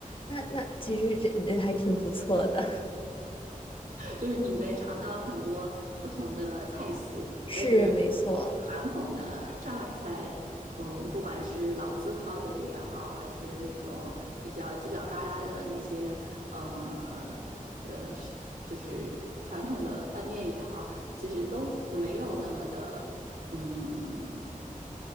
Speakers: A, on the left; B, on the right.
A: 那那其实这还挺不错的。
B: 就是你能尝到很多不同的菜系，
A: 是没错。
B: 但是传统的上海菜，嗯，不管是老字号的也好，还是那种比较犄角旮旯的那些，呃呃，是就是传统的饭店也好，其实都没有那么的，嗯，